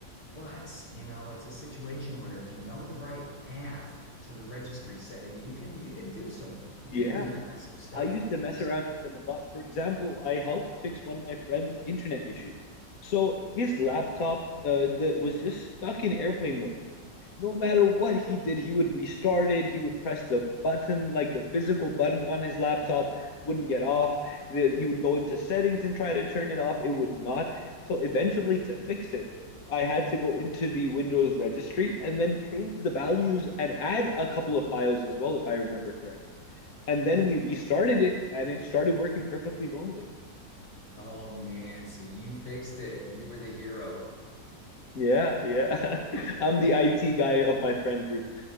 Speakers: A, on the left; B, on the left.
A: But, you know, it's a situation where if you know the right path to the registry setting, you can you can do some
B: <laughs>
A: really
B: Yeah.
A: impressive stuff.
B: I used to mess
A: So,
B: around with them a lot. For example, I helped fix one of my friend's internet issue. So his laptop uh, the, was just stuck in airplane mode no matter what he did, he would restart it. He would press the button, like the physical button on his laptop, wouldn't get off. He would go into settings and try to turn it off. It would not. So eventually, to fix it, I had to go into the Windows registry and then change the values and add a couple of files as well, if I remember correctly. And then we restarted it and it started working perfectly normally.
A: oh man, so you fixed it. You were the hero.
B: Yeah, yeah.
A: Oh
B: <laughs>
A: man.
B: I'm the IT guy of my friend group.